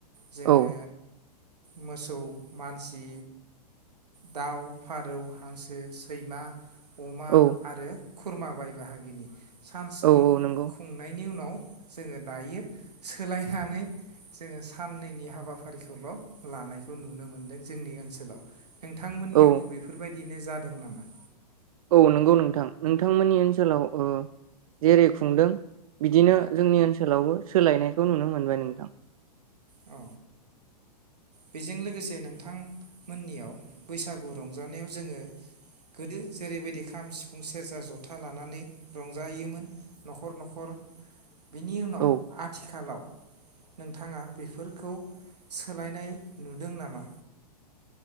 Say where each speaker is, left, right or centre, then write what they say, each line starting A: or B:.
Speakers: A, on the right; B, on the right.
A: जोंङो
B: औ
A: मोसौ मानसि दाउ फारौ हांसो सैमा अमा
B: औ
A: आरो खुरमा बाय बाहागिनि सान स्नि
B: औ नंगौ
A: खुंनायनि उनाव जोंङो दायो सोलायनानै जोंङो साननैनि हाबाफारिखौल लानायखौ नुनो मोनदों जोंनि ओनसोलाव। नोंथांमोननियावबो
B: औ
A: बेफोरबाय बिदिनो जादों नामा
B: औ नंगौ नोंथां नोंथांमोननि ओनसोलाव ओ जेरै खुंदों बिदिनो जोंनि ओनसोलावबो सोलायनायखौ नुनो मोनबाय नोंथां।
A: अ बेजों लोगोसे नोंथां मोननियाव बैसागु रं जानायाव जोंङो गोदो जेरैबायदि खाम सिफुं सेरजा जथा लानानै रंजायोमोन न'खर-न'खर बिनि उनाव
B: औ
A: आथिखालाव नोंथांङा बेफोरखौ सोलायनाय नुदों नामा।